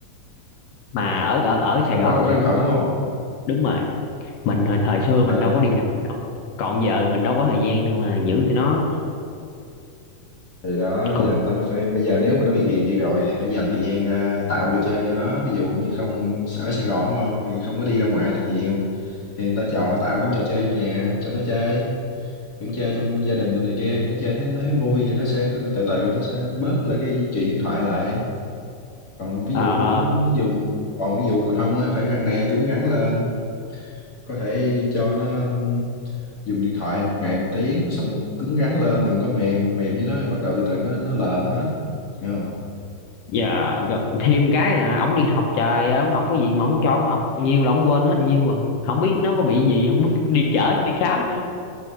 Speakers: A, on the left (about 70°); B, on the left (about 45°).
A: mà ở ở ở Sài
B: hồi
A: Gòn
B: đó đâu
A: này
B: có điện
A: cũng
B: thoại đúng không
A: đúng rồi mình hồi thời xưa
B: Ờ,
A: mình đâu có điện thoại đâu. còn giờ mình đâu có thời gian đâu mà giữ tụi nó
B: thì đó
A: cũng
B: giờ người ta mới phải bây giờ nếu mà nó bị ghiền gì rồi thì phải dành thời gian ra tạo trò chơi cho nó ví dụ như không ở Sài Gòn đúng không thì không có đi ra ngoài được nhiều thì người ta chọn tạo những trò chơi trong nhà cho nó chơi kiểu chơi trong gia đình tụi này kia thì nó chơi thấy nó thấy vui thì nó sẽ từ từ nó sẽ bớt lại cái chuyện điện thoại lại còn ví
A: ờ
B: dụ muốn dùng còn ví dụ còn không á, phải răn đe cứng rắn lên có thể cho nó um, dùng điện thoại một ngày một tiếng rồi xong cứng rắn lên đừng có mềm mềm với nó thì bắt đầu từ từ nó nó lờn hết hiểu không
A: giờ gọ- thêm cái là ổng đi học trời ơi ổng học cái gì mà ổng cho ổng học nhiều là ổng quên hết nhiều à không biết nó có bị gì không <laughs> đi chở nó đi khám nữa